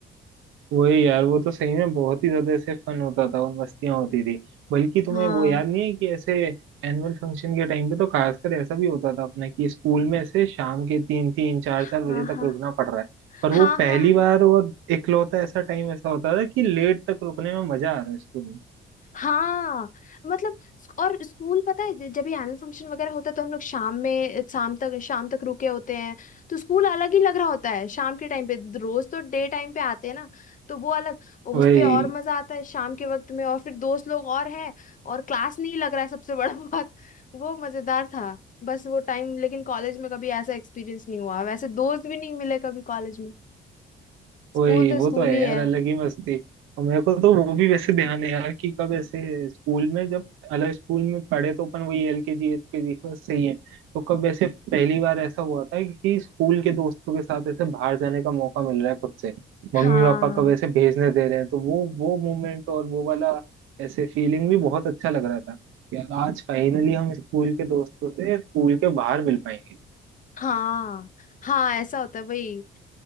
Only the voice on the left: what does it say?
हाँ
हाँ
हाँ
हाँ
हाँ हाँ
हाँ मतलब स्क- और स्कूल पता है जब भी एनुअल फंक्शन वगैरह होता है तो हम लोग शाम में शाम तक शाम तक रुके होते हैं तो स्कूल अलग ही लग रहा होता है शाम के टाइम पे रोज तो डे टाइम पे आते हैं ना तो वो अलग उस
पे और मजा आता है शाम के वक्त में और फिर दोस्त लोग और हैं और क्लास नहीं लग रहा है सबसे बड़ा <laughs> बात वो मजेदार था बस वो टाइम लेकिन कॉलेज में कभी ऐसा एक्सपीरियंस नहीं हुआ वैसे दोस्त भी नहीं मिले कभी कॉलेज स्कूल
तो
स्कूल
ही
है
हाँ
हाँ हाँ ऐसा होता है वही